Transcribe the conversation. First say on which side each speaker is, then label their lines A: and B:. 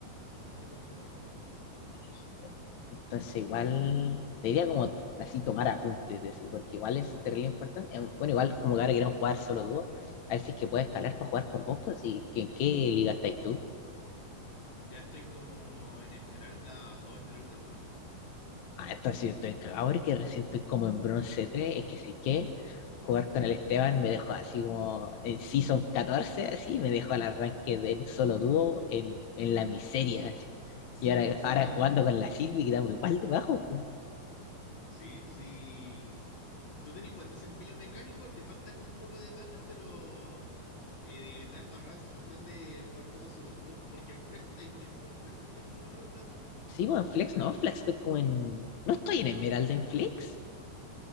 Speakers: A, on the left (about 45°); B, on the left (about 65°).
A: mejor te conviene devolverte.
B: pues. Entonces, igual, diría como así tomar apuntes, decir, porque igual es terrible importante. Eh, Bueno, igual como que ahora quieren jugar solo dúo, a ver si es que puedes escalar para jugar con vos, pues, y que en qué liga estáis tú.
A: Ya estoy como en Esmeralda 2 Esmeralda uno
B: Ah, entonces si yo estoy cagado porque recién estoy como en bronce 3 es que sé qué, jugar
A: ¿Mm?
B: con el Esteban me dejó así como en Season 14 así, me dejó al arranque del solo dúo en, en la miseria, así.
A: Sí,
B: Y ahora,
A: pues sí.
B: ahora jugando con la Silvi quedamos igual debajo,
A: Sí, sí. Tú tenés buen desempeño mecánico, te falta como un poco de macro, pero eh, te ha embarrado esa cuestión de jugar poco solo dúo. Porque en Flex estáis bien, pues en Flex estáis como en oro platino, ¿o
B: Sí,
A: no?
B: bueno, en Flex, no, en Flex estoy como en... No estoy en Emerald en Flex.